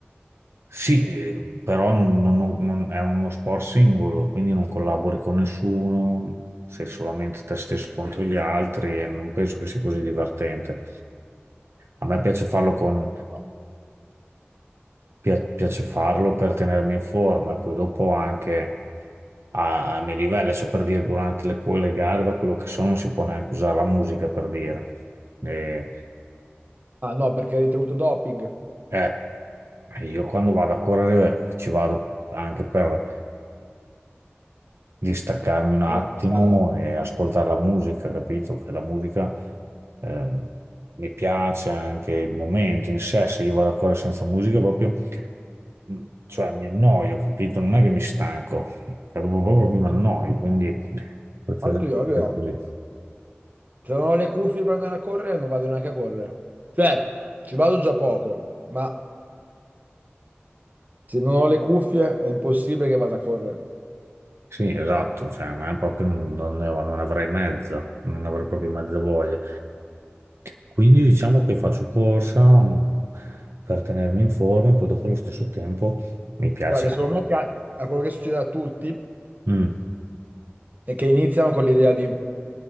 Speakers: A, on the right (about 75°); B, on the right (about 40°).
A: sì, eh, però non- non- non- non- è uno sport singolo, quindi non collabori con nessuno, sei solamente te stesso contro gli altri e non penso che sia così divertente. A me piace farlo con
B: No.
A: pia- piace farlo per tenermi in forma e poi dopo anche a- ai miei livelli, cioè per dire durante le, co- le gare, da quello che so, non si può neanche usare la musica per dire. E-
B: Ah no, perché hai ricevuto doping
A: eh, io quando vado a correre ci vado anche per di staccarmi un attimo
B: per il pensavo.
A: e ascoltare la musica, capito? Che la musica ehm, mi piace anche il momento in sé, se io vado a correre senza musica proprio, mh, cioè mi annoio, capito? Non è che mi stanco, cioè, proprio, proprio mi annoio, quindi preferisco
B: Anche io, anche io.
A: così.
B: Se non ho le cuffie per andare a correre, non vado neanche a correre. Cioè, ci vado già poco, ma se non ho le cuffie è impossibile che vada a correre.
A: Sì, esatto, cioè, ma è proprio non, non ne- non avrei mezza, non avrei proprio mezza voglia. Quindi diciamo che faccio corsa mh, per tenermi in forma e poi dopo allo stesso tempo mi piace
B: Guarda, che secondo me ca- a quello che succede a tutti
A: Mm,
B: è che iniziano con l'idea di,